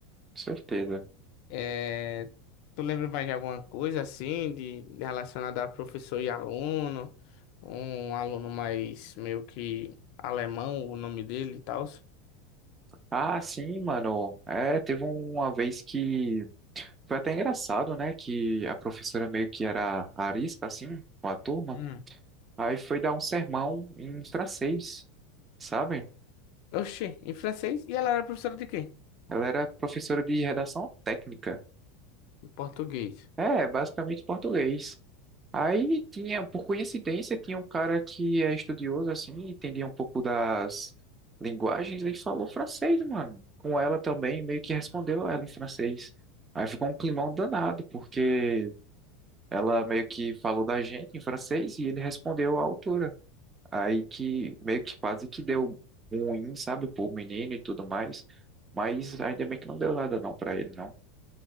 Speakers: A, on the right; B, on the left.
A: Com certeza.
B: É, tu lembra mais de alguma coisa assim, de relacionada a professor e aluno? Um aluno mais meio que alemão, o nome dele e tal.
A: Ah, sim, mano. É, teve uma vez que foi até engraçado, né? Que a professora meio que era arisca, assim, com a turma.
B: Hum.
A: Aí foi dar um sermão em francês, sabe?
B: Oxi, em francês? E ela era professora de quê?
A: Ela era professora de redação técnica.
B: Em Português.
A: É, basicamente português. Aí tinha, por coincidência, tinha um cara que é estudioso, assim, entendia um pouco das linguagens, ele falou francês, mano. Com ela também, meio que respondeu ela em francês. Aí ficou um climão danado, porque ela meio que falou da gente em francês e ele respondeu à altura. Aí que meio que quase que deu ruim, sabe, pro menino e tudo mais. Mas ainda bem que não deu nada não pra ele, não.